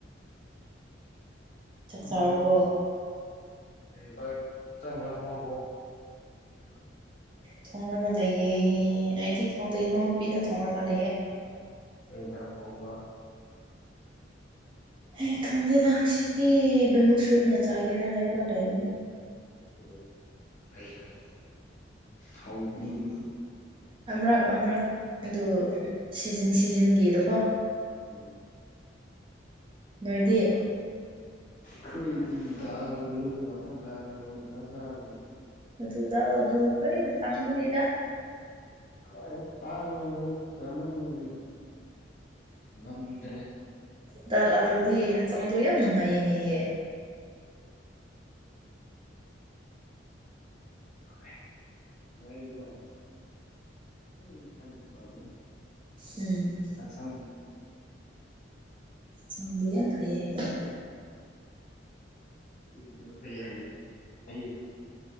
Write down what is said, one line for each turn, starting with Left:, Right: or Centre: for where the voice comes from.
Right: ꯆꯥꯛ
Left: ꯎꯝ
Right: ꯆꯥꯔꯕꯣ
Left: ꯆꯥꯛ ꯏꯟꯖꯥꯡ ꯊꯣꯡꯉꯕꯣ <unintelligible>
Right: ꯊꯣꯡꯔꯒ ꯂꯩꯌꯦ ꯑꯩꯗꯤ ꯊꯣꯡꯗꯦ ꯏꯅꯥꯎꯅꯨꯄꯤꯅ ꯊꯣꯡꯔꯒ ꯂꯩꯌꯦ
Left: ꯀꯩ ꯢꯟꯖꯥꯡ ꯊꯣꯡꯕ
Right: ꯑꯦ ꯈꯥꯟꯗꯦꯗꯥꯟ ꯉꯁꯤꯗꯤ ꯕꯦꯝꯕꯨ ꯁꯨꯠꯅ ꯆꯥꯒꯦꯔꯥ ꯍꯥꯏꯔꯒ ꯂꯩꯕꯅꯦ
Left: ꯑꯣ ꯐꯩ ꯐꯩ ꯍꯥꯎꯕꯅꯤ ꯑꯗꯨꯁꯨ
Right: ꯑꯃꯔꯛ ꯑꯃꯔꯛ ꯑꯗꯨ ꯁꯤꯖꯤꯟ ꯁꯤꯖꯤꯟꯒꯤꯗꯀꯣ
Left: ꯎꯝ
Right: ꯅꯣꯏꯗꯤ
Left: ꯍꯣꯏ ꯈꯣꯏꯗꯤ ꯗꯥꯜ ꯑꯂꯨ <unintelligible> ꯆꯥꯔꯥ ꯂꯩ
Right: ꯑꯗꯨ ꯗꯥꯜ ꯑꯗꯨꯅ ꯐꯩ ꯇꯥꯡꯕꯅꯤꯗ
Left: ꯀꯥꯢꯗꯩ ꯇꯥꯡꯉꯕꯁꯨ ꯆꯥꯃꯟꯕꯒꯤ ꯉꯝꯗ꯭ꯔꯦ
Right: ꯗꯥꯥꯜ ꯑꯂꯨꯗꯤ ꯍꯛꯆꯥꯡꯗꯣ ꯌꯥꯝ ꯅꯨꯡꯉꯥꯏꯌꯦ ꯍꯥꯏꯌꯦ
Left: ꯍꯣꯏ ꯅꯨꯡꯉꯥꯏꯗꯤ ꯅꯨꯡꯉꯥꯏ ꯎꯝ ꯍꯥꯏꯕꯗꯤ ꯐꯥꯕꯅꯤ
Right: ꯎꯝ
Left: ꯑꯁꯪꯕꯤ
Right: ꯁꯝꯗꯣ ꯌꯥꯝ ꯐꯩꯌꯦ ꯍꯥꯏꯌꯦ ꯑꯩꯅ
Left: ꯇꯨꯡꯗꯥ ꯌꯥꯝ ꯐꯩ ꯍꯥꯏꯌꯦ ꯐꯩꯌꯦ